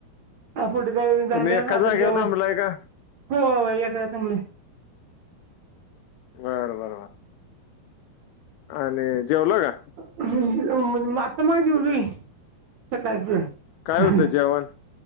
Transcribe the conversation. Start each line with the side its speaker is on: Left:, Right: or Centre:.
Right: हां फोटो काढून झाला
Left: तुम्ही एका
Right: हे आता
Left: जागेवर
Right: जेवाय
Left: थांबलाय
Right: हो,
Left: का
Right: हो, हो, हे काय थांबलो हे
Left: बरं बरं बरं, आणि जेवला का?
Right: आता माझे बरोबर हे सकाळच
Left: काय
Right: ह <unintelligible>
Left: होतं जेवण